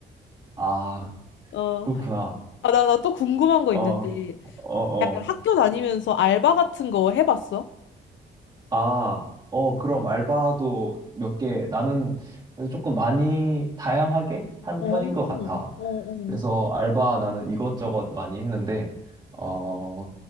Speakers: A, on the right (about 25°); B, on the left (about 75°).
A: 아,
B: <laughs> 어,
A: 그렇구나.
B: 아, 나, 나 또 궁금한 거
A: 어,
B: 있는데,
A: 어,
B: 약간
A: 어.
B: 학교 다니면서 알바 같은 거 해봤어?
A: 아, 어, 그럼 알바도 몇 개, 나는 그래 조금 많이 다양하게 한
B: 어,
A: 편인
B: 어,
A: 것 같아.
B: 어.
A: 그래서 알바 나는 이것저것 많이 했는데, 어,